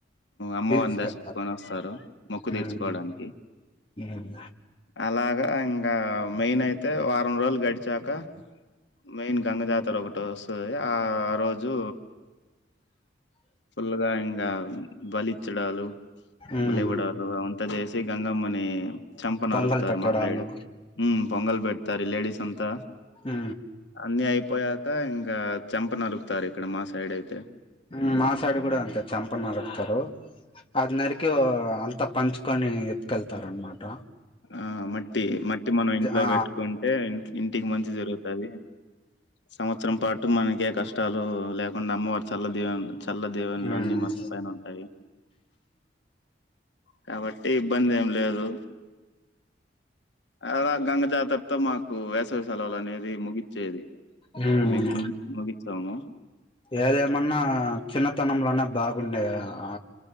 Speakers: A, on the left; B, on the left.
A: అమ్మవారిని
B: తీసుకెళ్తారు
A: దర్శించుకొని వస్తారు మొక్కు తీర్చుకోవడానికి
B: ఉమ్ ఉమ్
A: అలాగా ఇంకా మెయిన్ అయితే వారం రోజులు గడిచాక మెయిన్ గంగజాతర ఒకటి వస్తుంది ఆ రోజు ఫుల్గా హింగా బలించడాలు
B: ఉమ్
A: బలివుడాలు అంతా చేసి గంగమ్మని చంపన
B: పొంగల్
A: అరుకుతారు
B: పెట్టడాలు
A: మా సైడ్ పొంగల్పట్ ఇ త ర లేడీస్ అంతా
B: ఆ
A: అన్ని అయిపోయాక ఇంగా చంప నలుకుతారు ఇక్కడ మా సైడ్ అయితే
B: మ్మ్ మా సైడు కూడా అంతే చంప నరుకుతారు అది నరకి వో అంత పంచు కాని ఎత్తుకెళ్తారు అన్మాట
A: ఆ మట్టి మట్టి మనం ఇంట్లో
B: ఆ
A: పెట్టుకుంటే ఇంటికి మంచి జరుగుతది. సంవత్సరం పాటు కుటుంబానికి ఏ కష్టాలు లేకుండా అమ్మవారు చల్ల దీవెన చల్ల దీవెనలు
B: ఉమ్
A: అన్నీ మన పైన ఉంటాయి కాబట్టి ఇబ్బంది ఏం లేదు అలా గంగ జాతరతో మాకు వేసవి సెలవులు అనేది ముగిచ్చేది
B: హుమ్
A: మిగు ముగి ముగిచ్చాము
B: ఏదేమన్నా చిన్నతనంలోనే బా గుండేది ఆ